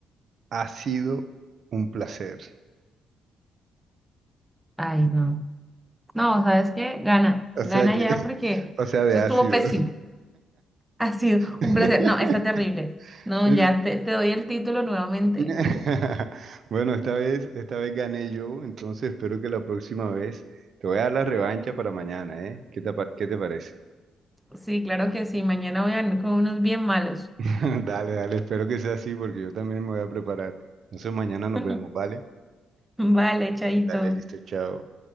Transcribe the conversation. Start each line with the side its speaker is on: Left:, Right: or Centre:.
Right: Ha sido un placer.
Centre: Ay, no. No, ¿sabes qué? Gana,
Right: O
Centre: gana
Right: sea que,
Centre: ya
Right: <laughs>
Centre: porque
Right: o sea, de
Centre: eso
Right: ácido.
Centre: estuvo pésimo. Ha sido
Right: <laughs>
Centre: un placer. No, está terrible. No,
Right: Es-
Centre: ya te, te doy el título nuevamente.
Right: <laughs> Bueno, esta vez, esta vez gané yo, entonces espero que la próxima vez te voy a dar la revancha para mañana, ¿eh? ¿Qué te, pa- qué te parece?
Centre: Sí, claro que sí. Mañana voy a venir con unos bien malos.
Right: <laughs> Dale, dale, espero que sea así porque yo también me voy a preparar. Entonces mañana nos
Centre: <laughs>
Right: vemos, ¿vale?
Centre: Vale, chaito.
Right: Dale, listo, chao.